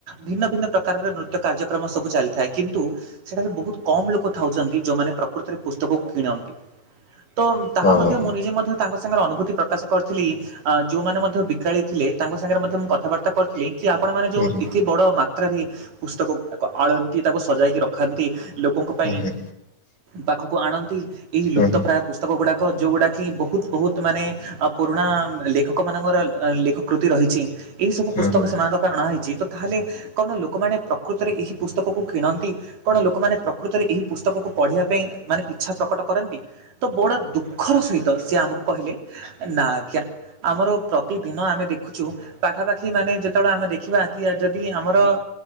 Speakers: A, on the right; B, on the left.
A: ଭିନ୍ନ ଭିନ୍ନ ପ୍ରକାରର ନୃତ୍ୟ କାର୍ଯ୍ୟକ୍ରମ ସବୁ ଚାଲିଥାଏ କିନ୍ତୁ ସେଠାରେ ବହୁତ କମ ଲୋକ ଥାଉଛନ୍ତି ଯୋଉମାନେ ପ୍ରକୃତରେ ପୁସ୍ତକକୁ କିଣନ୍ତି। ତ ତାହା
B: ହଁ
A: ମଧ୍ୟ
B: ହଁ
A: ମୁଁ ନିଜେ ମଧ୍ୟ ତାଙ୍କ ସାଙ୍ଗରେ ଅନୁଭୂତି ପ୍ରକାଶ କରିଥିଲି ଆ ଯୋଉମାନେ ମଧ୍ୟ ବିକାଳି ଥିଲେ ତାଙ୍କ ସାଙ୍ଗରେ ମଧ୍ୟ ମୁଁ କଥାବାର୍ତ୍ତା କରିଥିଲି କି ଆପଣ ମାନେ ଯୋଉ
B: ହୁଁ ହୁଁ।
A: ଏତେ ବଡ ମା ମାତ୍ରାରେ ପୁସ୍ତକ ତାକୁ ଆଳନ୍ତି ତାକୁ ସଜାଇକି ରଖାନ୍ତି ଲୋକଙ୍କ ପାଇଁ
B: ହୁଁ ହୁଁ
A: ପାଖକୁ ଆଣନ୍ ନ୍ତି ଏହି
B: ହୁଁ
A: ଲୁପ୍ତ
B: ହୁଁ
A: ପ୍ରାୟ ପୁସ୍ତକ ଗୁଡାକ ଯୋଉଗୁଡା କି ବହୁତ ବହୁତ ମାନେ ପୁରୁଣା ଲେଖକ ମାନଙ୍କର ଲେଖ କୃତି ରହିଛି। ଏହି ସବୁ
B: ହୁଁ
A: ପୁସ୍ତକ
B: ହୁଁ
A: ସେମାନଙ୍କ ପାଇଁ ଅଣାହେଇଛି ତ ତାହେଲେ କଣ ଲୋକମାନେ ପ୍ରକୃତରେ ଏହି ପୁସ୍ତକକୁ କିଣନ୍ତି? କଣ ଲୋକମାନେ ପ୍ରକୃତରେ ଏହି ପୁସ୍ତକକୁ ପଢ଼ିବା ପାଇଁ ମାନେ ଇଚ୍ଛା ପ୍ରକଟ କରନ୍ତି। ତ ବଡ଼ ଦୁଃଖର ସହିତ ସେ ଆମକୁ କହିଲେ ନା ଆଜ୍ଞା ଆମର ପ୍ରତିଦିନ ଆମେ ଦେଖ ଦେଖୁଛୁ ପାଖାପାଖି ମାନେ ଯେତେବେଳେ ଆମେ ଦେଖିବା କି ଯଦି ଆମର